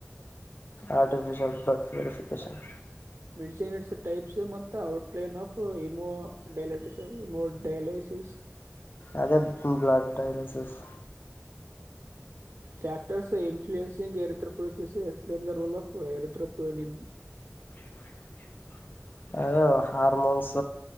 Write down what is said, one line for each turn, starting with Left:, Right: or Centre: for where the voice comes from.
Left: artificial blood purification
Right: mention its types ಮತ್ತು ಔಟ್ಲೈನ್ ಆಫ್ ಇಮೋ ಡಾಲಟಿಸ ಇಮೋಡೈಲಿಸ್ <inaudible>
Left: ಅದೇ blood dialysis
Right: factors influencing erythropoiesis explain the role of ಏರ್ತೋಪೇನಿನ್
Left: <unintelligible> ಅದು ಹಾರ್ಮೋನ್ಸ್